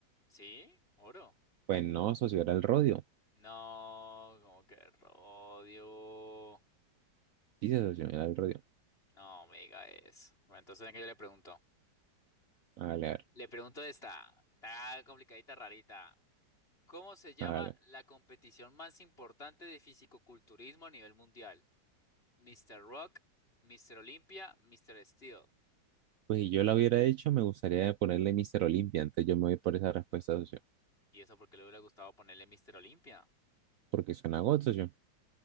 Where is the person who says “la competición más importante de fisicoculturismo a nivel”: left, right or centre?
Left